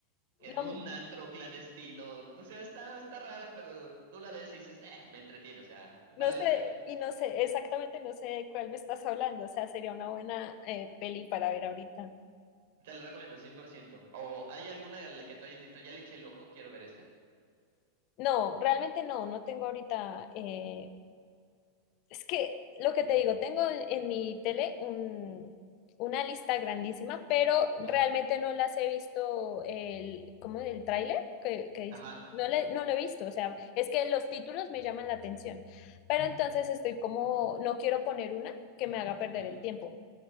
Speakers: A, on the right; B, on the left.
A: En
B: No,
A: un antro clandestino, o sea, está, está rara, pero tú la ves y dices, eh, me entretiene, o sea, vale
B: no sé,
A: la pena.
B: y no sé, exactamente no sé de cuál me estás hablando, o sea, sería una buena eh, peli para ver ahorita.
A: Te la recomiendo, 100%. ¿O hay alguna a la que tú hayas visto? Ya le eché el ojo, quiero ver esta.
B: No, realmente no, no tengo ahorita eh, es que lo que te digo, tengo en mi tele un, una lista grandísima, pero realmente
A: Ajá,
B: no las he visto el, ¿cómo? El tráiler que, que dice.
A: ajá,
B: No, le, no lo he visto, o sea, es que los títulos me llaman la atención, pero entonces estoy como, no quiero poner una que me haga perder
A: ujú,
B: el tiempo.